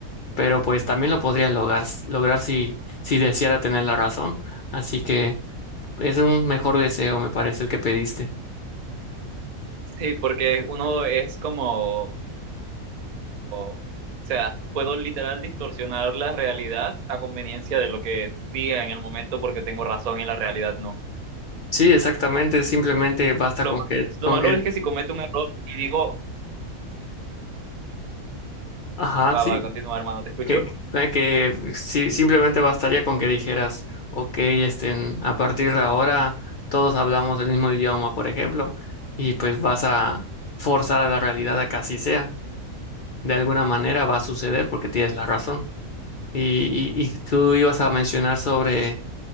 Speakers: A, on the left; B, on the right.
A: Pero pues también lo podría lograr, lograr si, si deseara tener la razón. Así que es un mejor deseo, me parece, el que pediste.
B: Sí, porque uno es como, o sea, puedo literal distorsionar la realidad a conveniencia de lo que diga en el momento porque tengo razón y la realidad no.
A: Sí, exactamente. Simplemente basta
B: Lo,
A: con
B: ma-
A: que, con
B: lo malo
A: que,
B: es que si cometo un error y digo,
A: ajá,
B: va,
A: sí,
B: va, continúa, hermano, te escucho.
A: que, eh, que sí, simplemente bastaría con que dijeras, ok, este, a partir de ahora todos hablamos el mismo idioma, por ejemplo, y pues vas a forzar a la realidad a que así sea. De alguna manera va a suceder porque tienes la razón. Y, y, y tú ibas a mencionar sobre